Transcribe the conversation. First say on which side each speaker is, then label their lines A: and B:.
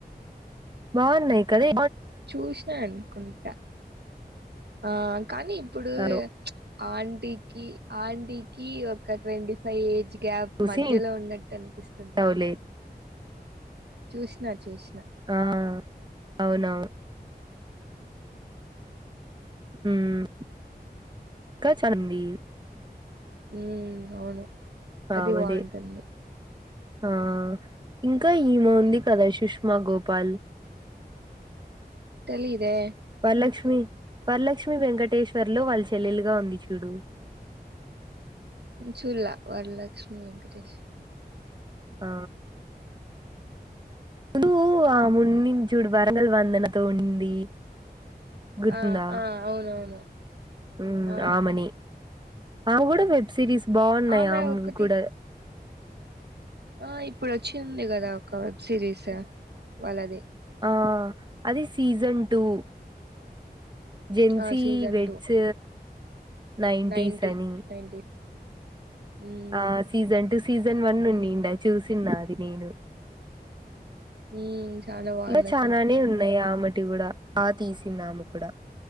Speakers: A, on the right; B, on the right.
A: బావున్నాయి కానీ
B: చూసినా అనుకుంటా ఆ కానీ ఇప్పుడు
A: దాలో
B: ఆంటీకి ఆంటీకి ఒక ట్వంటీ ఫైవ్ ఏజ్ గ్యాప్
A: చూసి
B: మధ్యలో ఉన్నట్టు అనిపిస్తుందేమో
A: ఇంటవులే
B: చూష్ణ చూసి
A: ఆ అవున ఉమ్ కచండి
B: ఉమ్ అవును
A: ఆమెదే ఆ
B: అది బావుంటుంది
A: అదే. ఆ ఇంకా ఏమే ఉంది కదా సుష్మా గోపాల్
B: తెలిదే
A: వరలక్ష్మి వరలక్ష్మి వెంకట వెంకటేష్ వారులు వాళ్ళ చెల్లెలుగా ఉంది చూడు
B: చూడల వరలక్ష్మి వెంకటేష్
A: ఆ ఉందు ఆ ఉండిందిచుడు వరంగల్ వందన వందనతో ఉండి గుర్తువుందా
B: ఆ ఆ అవునవును
A: ఉమ్
B: ఆ
A: ఆమెని ఆమె కూడా వెబ్ సిరీస్ బావున్నాయి
B: ఆమె
A: ఆ అమూవి
B: ఒకటి
A: కూడా
B: ఆ ఇప్పుడు వచ్చింది కదా ఒక వెబ్ సిరీస్ వాళ్ళది
A: ఆ అది సీజన్ టూ జెన్సీ
B: ఆ season
A: weds
B: two
A: nineties
B: ninety
A: అని
B: నైన్టీస్ మ్మ్
A: ఆ సీజన్ టూ సీజన్ వన్ ఉందిండా చూసిన అది నేను
B: మ్మ్ చాలా బాగుంది
A: ఇలా చలాన్
B: అసలు
A: నే ఉన్నాయి ఆమటి కూడా ఆ తీసిందాము కూడా